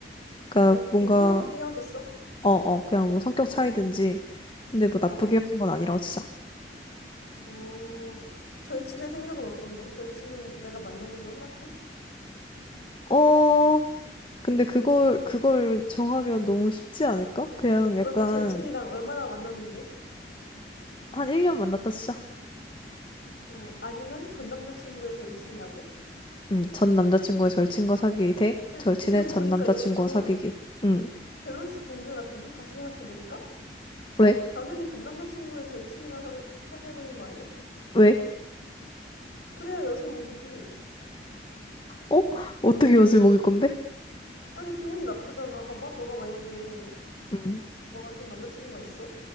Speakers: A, on the left; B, on the left.
A: 그니까
B: 그냥
A: 뭔가,
B: 되게 평화롭게 헤어졌어?
A: 어, 어, 그냥 뭐 성격 차이든지. 근데 뭐
B: 어.
A: 나쁘게 헤어진 건 아니라고, 진짜.
B: 어. 절친의 생각은 어떤데? 절친은 내가 만나는 걸 허락해?
A: 어, 근데 그걸, 그걸 정하면 너무 쉽지 않을까? 그냥
B: 그러면
A: 약간
B: 절친이랑 얼마나 만났는데?
A: 한 1년 만났다, 진짜.
B: 어, 아니면 전 남자친구의 절친이라고?
A: 응, 전 남자친구의 절친과 사귀기 대
B: 근데
A: 절친의
B: 지금
A: 전
B: 보니까
A: 남자친구와
B: 이거 좀
A: 사귀기. 응.
B: 밸런스 붕괴 같은데? 다시 생각해보니까?
A: 왜?
B: 당연히 전 남자친구의 절친이랑 사, 사귀어야 되는 거 아니야?
A: 왜?
B: 그래야 엿을 먹이지.
A: 어? 어떻게 옷을 먹일 건데?
B: 아니, 기분이 나쁘잖아. 봐봐. 너가 만약에,
A: 응.
B: 너가 전 남자친구가 있어?